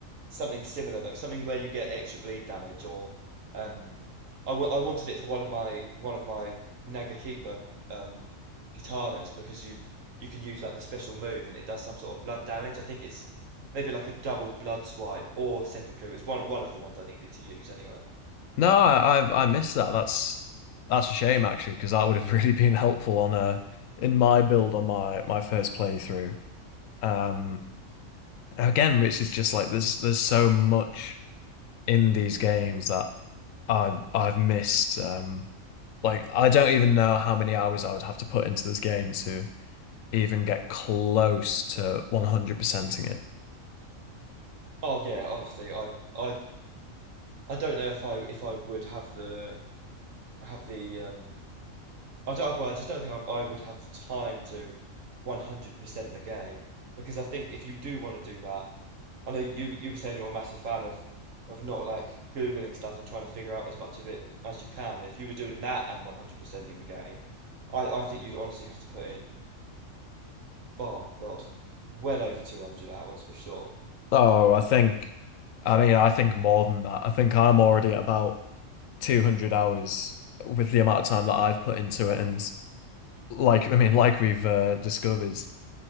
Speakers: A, on the right; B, on the left.
A: something similar though, something where you get extra bleed damage or um I w I wanted it for one of my one of my Nagakiba um katanas because you you can use like the special move and it does some sort of blood damage. I think it's maybe like a double blood swipe or seppuku. It was one one of the ones I needed to use anyway.
B: No, I I, I missed that. That's that's a shame actually because that would have <laughs> really been helpful on a in my build on my my first playthrough. Um again, which is just like there's there's so much in these games that I I've missed. Um, like I don't even know how many hours I would have to put into this game to even get close to 100%ing it.
A: Oh yeah, honestly, I I I don't know if I if I would have the have the um I don't well, I just don't think I, I would have the time to 100% the game because I think if you do want to do that I know you you were saying you're a massive fan of of not like googling stuff and trying to figure out as much of it as you can if you were doing that and 100% in the game I I think you'd honestly have to put in oh my God well over 200 hours for sure
B: Oh, I think, I mean, I think more than that. I think I'm already at about 200 hours with the amount of time that I've put into it and like I mean like we've uh, discovered